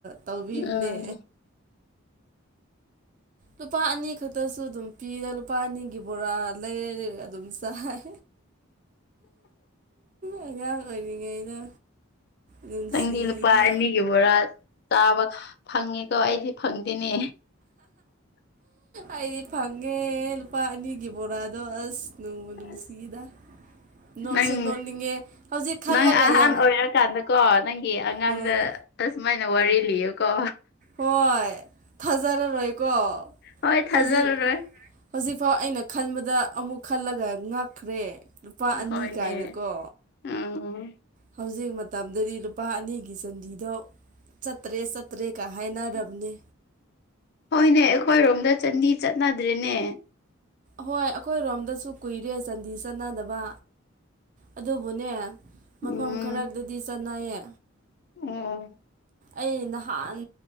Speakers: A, on the right; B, on the left.
A: ꯇꯧꯕꯤꯕꯅꯦ
B: ꯎꯝ
A: ꯂꯨꯄꯥ ꯑꯅꯤ ꯈꯛꯇꯁꯨ ꯑꯗꯨꯝ ꯄꯤꯔ ꯂꯨꯄꯥ ꯑꯅꯤꯒꯤ ꯕꯣꯔꯥ ꯂꯩꯔ ꯂꯩ ꯑꯗꯨꯝ ꯆꯥꯏ ꯑꯉꯥꯡ ꯑꯣꯏꯔꯤꯉꯩꯗ ꯅꯨꯡꯁꯤꯅꯦ
B: ꯅꯪꯗꯤ ꯂꯨꯄꯥ ꯑꯅꯤꯒꯤ ꯕꯣꯔꯥ ꯆꯥꯕ ꯐꯪꯉꯦꯀꯣ ꯑꯩꯗꯤ ꯐꯪꯗꯦꯅꯦ
A: ꯑꯩꯗꯤ ꯐꯪꯉꯦ ꯂꯨꯄꯥ ꯑꯅꯤꯒꯤ ꯕꯣꯔꯥ ꯗꫭ ꯑꯁ ꯅꯨꯡꯕꯨ ꯅꯨꯡꯁꯤꯗ
B: ꯑꯁ
A: ꯅꯣꯛꯁꯨ
B: ꯅꯪ
A: ꯅꯣꯛꯅꯤꯡꯉꯦ ꯍꯧꯖꯤꯛ ꯈꯜꯂꯒ
B: ꯅꯪ ꯑꯍꯥꯟ
A: ꯌꯥꯝ
B: ꯑꯣꯏꯔꯀꯥꯟꯗꯀꯣ ꯅꯪꯒꯤ ꯑꯉꯥꯡꯗꯥ
A: ꯎꯝ
B: ꯑꯁꯨꯃꯥꯏꯅ ꯋꯥꯔꯤ ꯂꯤꯌꯦꯀꯣ
A: ꯍꯣꯏ ꯊꯥꯖꯥꯔꯔꫭꯏꯀꯣ
B: ꯍꯣꯏ ꯊꯥꯖꯔꯔꯣꯏ
A: ꯍꯧꯖꯤꯛ ꯍꯧꯖꯤꯛꯐꯥꯎ ꯑꯩꯅ ꯈꯟꯕꯗ ꯑꯃꯨꯛ ꯈꯜꯂꯒ ꯉꯛꯈ꯭ꯔꯦ ꯂꯨꯄꯥ ꯑꯅꯤ
B: ꯍꯣꯏꯅꯦ
A: ꯀꯥꯏꯅꯀꯣ
B: ꯎꯝ
A: ꯍꯧꯖꯤꯛ ꯃꯇꯝꯗꯗꯤ ꯂꯨꯄꯥ ꯑꯅꯤꯒꯤ ꯆꯥꯟꯗꯤꯗꯣ ꯆꯠꯇ꯭ꯔꯦ ꯆꯠꯇ꯭ꯔꯦꯒ ꯍꯥꯏꯅꯔꯕꯅꯦ
B: ꯍꯣꯏꯅꯦ ꯑꯩꯈꯣꯏꯔꯣꯝꯗ ꯆꯥꯟꯗꯤ ꯆꯠꯅꯗ꯭ꯔꯦꯅꯦ
A: ꯍꯣꯏ ꯑꯩꯈꯣꯏꯔꯣꯝꯗꯁꯨ ꯀꯨꯏꯔꯦ ꯆꯥꯟꯗꯤ ꯆꯠꯅꯗꯕ ꯑꯗꯨꯕꯨꯅꯦ ꯃꯐꯝ
B: ꯎꯝ
A: ꯈꯔꯗꯗꯤ ꯆꯠꯅꯩꯌꯦ
B: ꯑꯣ
A: ꯑꯩ ꯅꯍꯥꯟ